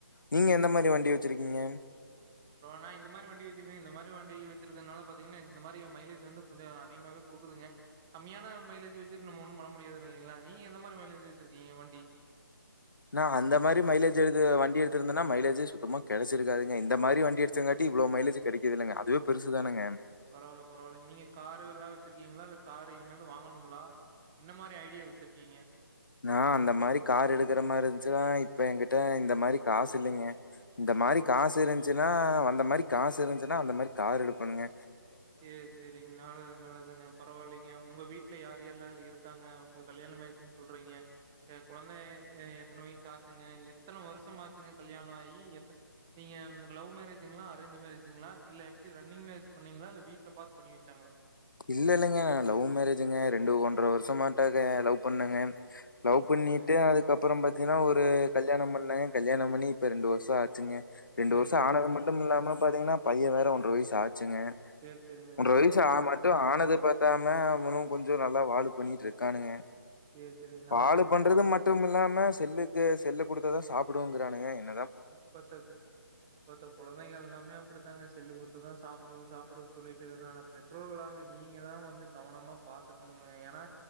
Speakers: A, on the left (about 65°); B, in the centre.
A: நீங்க எந்த மாரி வண்டி வச்சிருக்கீங்க
B: நான் இந்த மாதிரி வண்டி வச்சிருக்கேன் இந்த மாதிரி <unintelligible> வண்டி வச்சிருக்கதுனால பாத்தீங்கன்னா இந்த மாரி மைலேஜ் வந்து கொஞ்ச அதிகமாவே குடுக்குதுங்க கம்மியான மைலேஜ் வச்சிட்டு நம்ம ஒன்னும் பண்ண முடியாது இல்லலைங்களா நீங்க எந்த மாதிரி மைலேஜ் வச்சிருக்கீங்க வண்டி
A: நான் அந்த மாரி மைலேஜ் வண்டி எடுத்து இருந்தேன்னா மைலேஜே சுத்தமா கிடைச்சிருக்காங்க இந்த மாரி வண்டி எடுச்சங்காட்டி இவ்ளவு மைலேஜ் கிடைக்குத இல்லங்க அதுவே பெருசுதானுங்க
B: பரவாயில்ல பரவாயில்லைங்க நீங்க காரு எல்லாம் வச்சிருக்கீங்களா இல்ல காரு இனிமேலும் தான் வாங்கணுங்களா என்ன மாரி ஐடியா வச்சிருக்கீங்க
A: நான் அந்த மாரி கார் எடுக்கற மாரி இருந்துச்சுன்னா இப்ப என்கிட்ட இந்த மாரி காசு இல்லைங்க இந்த மாரி காசு இருந்துச்சுன்னா அந்த மாரி காசு இருந்துச்சுன்னா அந்த மாரி கார் எடுப்பேணுங்க
B: ஓகே சேரிங்க நால நல்லதுாங்க பரவாயில்லைங்க உங்க வீட் வீட்ல யார் யாரெல்லாம் இருக்காங்க உங்களுக்கு கல்யாண ஆயிடுச்சு சொல்றீங்க குழந்தை எத்தன வயசு ஆச்சுங்க எத்தன வருஷம் ஆச்சுங்க கல்யாணம் ஆகி நீங்க லவ் மேரேஜ் ங்கலாம அரேஞ்ச் மேரேஜ்ங்களா இல்ல எப்படி ரன்னிங் மேரேஜ் பண்ணீங்களா இல்ல வீட்டுல பாத்து பண்ணி வச்சாங்களா
A: இல்ல இல்லைங்க நான் லவ் மேரேஜ்ங்க ரெண்டு ஒன்ற வருஷமாட்டா லவ் பண்ணங்க லவ் பண்ணிட்டு
B: சேரிங்க
A: அதுக்கப்பறம் பார்த்திங்கன்னா ஒரு கல்யாணம் பண்ணேன் கல்யாண பண்ணி இப்ப ரெண்டு வருஷம் ஆச்சுங்க ரெண்டு
B: சேரி
A: வருஷம்
B: சேரிங்க
A: ஆனது மட்டும் இல்லாமனு பாத்தீங்கன்னா பையன் வேற ஒன்றர வயசு ஆச்சுங்க
B: சேரி சேரிங்க
A: ஒன்றரை
B: பரவாயில்லைங்க
A: வயசு ஆமாட்
B: நல்லதுங்க
A: ஆனது பாத்தாம அவனும் கொஞ்ச நல்லா வாழ பண்ணிட்டு இருக்கானுங்க
B: சேரி சேரிங்க
A: பாடு
B: நல்லதுங்க
A: பண்றது
B: குழந்
A: மட்டும் இல்லாம செல்லுக்கு செல்லு கொடுத்த தான் சாப்பிடுங்கறானங்க என்
B: இப்பத்தப்பமத்த குழந்தைகள் எல்லாமே அப்படித்தாங்க செல்லு குடுத்ததான் சாப்ப சாப்பிடனு சொல்லிட்டு இருக்காங்க ஆனா பெற்றோர்களாக நீங்க தான் வந்து கவனமா பாத்துக்கணுங்க ஏன்னா